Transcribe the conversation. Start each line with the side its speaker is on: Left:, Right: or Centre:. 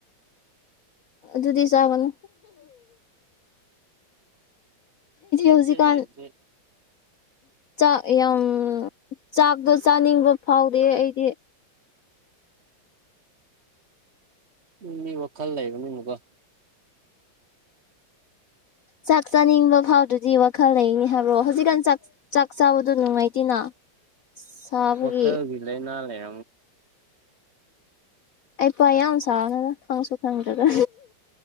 Left: ꯑꯗꯨ ꯑꯗꯨꯗꯤꯁꯕꯅ
Right: ꯑꯦꯞꯖ
Left: ꯍꯧꯖꯤꯛꯀꯥꯟ
Right: ꯂꯩꯕꯖꯦ
Left: ꯆꯥꯛ ꯌꯥꯝ ꯆꯥꯛꯇꯣ ꯆꯥꯅꯤꯡꯕ ꯐꯥꯎꯗꯦ ꯑꯩꯗꯤ
Right: ꯎꯝ ꯃꯤ ꯋꯥꯈꯜ ꯂꯩꯌꯦꯕ ꯃꯤ ꯑꯃꯒ
Left: ꯆꯥꯛ ꯆꯥꯅꯤꯡꯕ ꯐꯥꯎꯗꯨꯗꯤ ꯋꯥꯈꯜ ꯂꯩꯅꯤ ꯍꯥꯏꯕ꯭ꯔꯣ ꯍꯧꯖꯤꯛꯀꯥꯟ ꯆꯥꯛ ꯆꯥꯛ ꯆꯥꯕꯗꯣ ꯅꯨꯡꯉꯥꯏꯇꯦꯅ
Right: <unintelligible> <inaudible>
Left: ꯁꯥꯕꯒꯤ
Right: ꯋꯥꯈꯔꯒꯤ ꯂꯩ ꯅ ꯂꯩ
Left: ꯑꯩ ꯄꯋꯥ ꯌꯥꯝ ꯁꯥꯡꯉꯒ ꯈꯪꯁꯨ ꯈꯪꯗꯒ